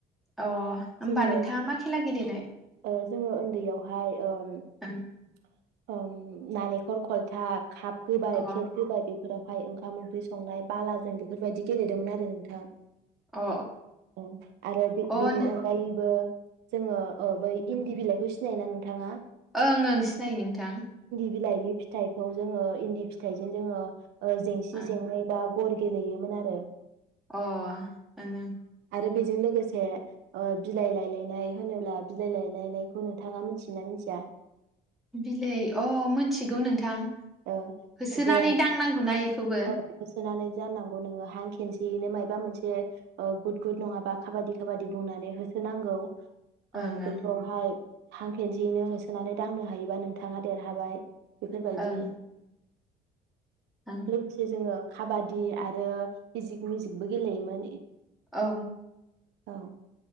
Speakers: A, in the centre; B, on the right.
A: अ होमबा
B: जोङो
A: नोंथाङा मा खेला गेलेनाय?
B: ओ जोङो उन्दैयावहाय <unintelligible>
A: ओं
B: ओम नालेखर खलथा खाब गोबाय
A: अ
B: प्लेत गोबाय बेफ फोरावहाय ओंखाम ओंख्रि संनाय बालाजों बेफोरबायदि गेलेदोंमोन आरो नोंथां।
A: अ
B: अ आरो बे
A: अ ओं
B: बेनि अनगायैबो जोङो ओ बै इन्दि बिलाइखौ सि नेनानो थाङा
A: ओं ओं सिनायो नोंथां।
B: बिलाइनि फिथाइखौ जोङो इन्दि फिथाइजों जोङो ओ जेंसिजोंनो
A: ओं
B: बा गर गेलेयोमोन आरो।
A: अ ओं ओं।
B: आरो बेजों लोगोसे ओ बिलाइ लायलायनाय होनोब्ला बिलाइ लायलायनायखौ नोंथाङा मिथ थियोना मिथिया?
A: बिलाइ अ मोनथिगौ नोंथां।
B: ओ
A: होसोनानै
B: जेन
A: दांनांगौना इखौबो
B: औ होसोनानै जानांगौ नोङो हां खेनसेयैनो माइ माबा मोनसे ओ गुद गुद नङा खाबादि खाबादि बुंनानै होसोनांगौ। ओ
A: ओं ओं
B: बेफोरावहाय हां खेनसेयैनो होसोनानै दांनो हायोबा नोंथाङा देरहाबाय। बेफोरबायदि
A: ओं ओं
B: लोगोसे जोङो खाबादि आरो मिजिक मिजिकबो गेलेयोमोन।
A: औ।
B: औ।